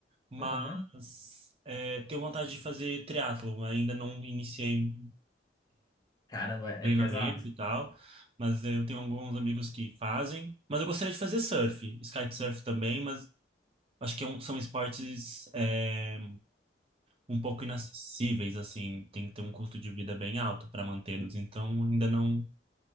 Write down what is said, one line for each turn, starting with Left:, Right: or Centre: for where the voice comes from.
Right: mas
Left: Aham.
Right: é, tenho vontade de fazer triatlo. Ainda não iniciei
Left: Caramba, é
Right: treinamento
Left: é pesado?
Right: e tal, mas eu tenho alguns amigos que fazem. Mas eu gostaria de fazer surf, kitesurf também, mas acho que é um- são esportes é, um pouco inacessíveis, assim, tem que ter um custo de vida bem alto para mantê-los. Então, ainda não.